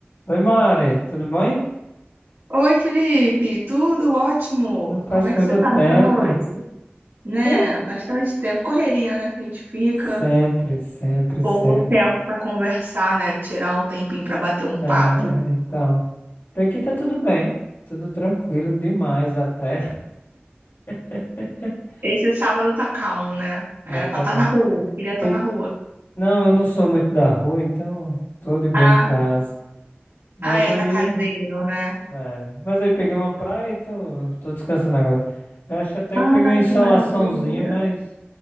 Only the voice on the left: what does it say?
Oi, Mari, tudo bem?
Rapaz,
quanto
tempo?
Hã?
Sempre, sempre,
sempre.
É, então, por aqui tá tudo bem, tudo tranquilo demais até. <laughs>
É, tá
bom.
Pe-
Não, eu não sou muito da rua, então tô de boa
em casa. Mas
aí,
é, mas aí peguei uma praia e tô, tô descansando agora. Eu acho até
que peguei uma insolaçãozinha,
mas.